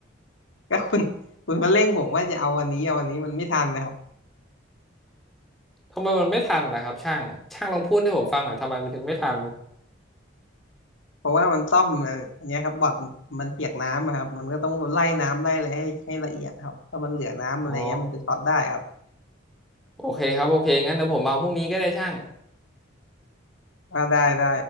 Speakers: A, on the left; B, in the centre.
A: ก็คุณคุณมาเร่งผมว่าจะเอาวันนี้เอาวันนี้มันไม่ทันนะครับ
B: ทำไมมันไม่ทันล่ะครับช่างช่างลองพูดให้ผมฟังหน่อยทำไมมันถึงไม่ทัน
A: เพราะว่ามันซ่อมอย่างเงี้ยครับบอร์ดมันเปียกน้ำอะครับมันก็ต้องไล่น้ำไล่อะไรให้ให้ละเอียดครับถ้ามันเหลือน้ำอะไรเงี้ยมันจะช็อตได้ครับ
B: อ๋อโอเคครับโอเคงั้นเดี๋ยวผมมาพรุ่งนี้ก็ได้ช่าง
A: อ่าได้ได้